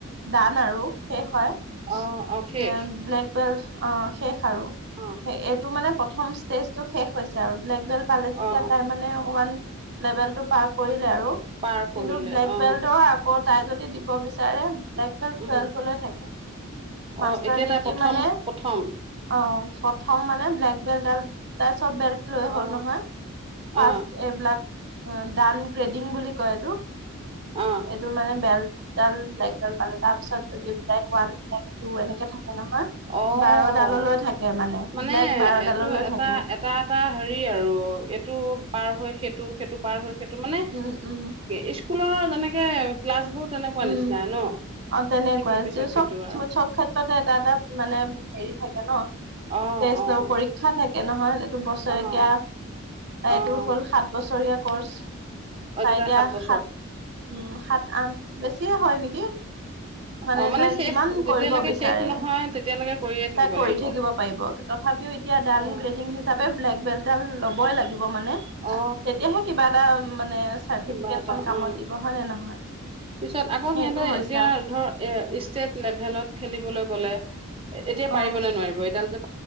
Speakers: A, on the right; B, on the right.
A: টান আৰু শেষ হয়।
B: অ অ শেষ
A: ন ব্লেক বেল্ট অ' শেষ আৰু
B: অ
A: এইটো মানে প্ৰথম ষ্টেজ টো শেষ হৈছে আৰু। ব্লেক বেল্ট পালে যেতিয়া
B: অ
A: তাই মানে অকনমান লেবেল টো পাৰ কৰি লে আৰু
B: পাৰ কৰিলে
A: কিন্তু ব্লেক
B: অ
A: বেল্টৰ আকৌ তাই যদি দিব বিচাৰে ব্লেক বেল্ট
B: উম
A: টুৱেলভ লৈ থাকে মাষ্টাৰ
B: অ এতিয়া
A: ডিগ্ৰী
B: তাই প্ৰথম
A: মানে
B: প্ৰথম
A: অ' প্ৰথম মানে ব্লেক বেল্ট ডাল তাই চব বেল্ট লৈ হ'ল
B: অ
A: নহয়
B: অ
A: ফাৰ্ষ্ট এইবিলাক। দান ক্ৰেডিং বুলি কয় এইটো।
B: অ
A: এইটো মানে বেল্ট দান ব্লেকডাল পালো, তাৰপিছত যদি ব্লেক ওৱান ব্লেক টু এনেকে থাকে। নহয়
B: অ'।
A: বাৰডাললৈ থাকে
B: মানে
A: ব্লেক বাৰডাললৈ
B: এইটো এটা
A: থাকে
B: এটা এটা হেৰি আৰু এইটো পাৰ হৈ সেইটো সেইটো পাৰ হয় সেইটো মানে
A: উম উম
B: এ স্কুলৰ যেনেকে ক্লাছ বোৰ তেনেকুৱা
A: উম
B: নিচিনা ন
A: অ' তেনেকুৱাই
B: ইটোৰ পিছত
A: যে
B: সিটো
A: চব
B: আৰু
A: চব ক্ষেত্ৰতে এটা এটা মানে হেৰি থাকে ন
B: অ
A: টেস্ট
B: অ
A: পৰীক্ষা থাকে নহয়। বছৰেকীয়া
B: অ
A: তাই
B: অ
A: এইটো হ'ল সাত বছৰীয়া কৰ্চ।
B: অ
A: তাই
B: দুটাই
A: এতিয়া
B: বছৰ
A: সাত উম সাত, আঠ বেছিয়ে হয় নেকি? মানে
B: অ
A: তাই
B: শেষ
A: যিমান
B: যেতিয়ালৈকে
A: কৰিব বিচাৰে
B: শেষ নহয় তেতিয়ালৈকে কৰিয়ে থাকিব
A: তাই কৰি
B: লাগিব
A: থাকিব পাৰিব। তথাপিও এতিয়া ডান
B: অ
A: গ্ৰেডিং হিচাপে ব্লেক বেল্ট এইডাল ল'বই লাগিব মানে
B: অ
A: তেতিয়াহে কিবা এটা মানে চাৰ্টিফিকেটখন
B: কিবা এটা
A: কামত
B: উম
A: দিব হয় নে নহয়?
B: পিছত আকৌ
A: সেইটো
B: সিহঁতে
A: হৈছে
B: এতিয়া
A: আৰু
B: ধৰ এ ষ্টেট লেভেলত খেলিবলৈ গ'লে এতিয়া পাৰিব
A: অ
B: নে নোৱাৰিব এইডালটো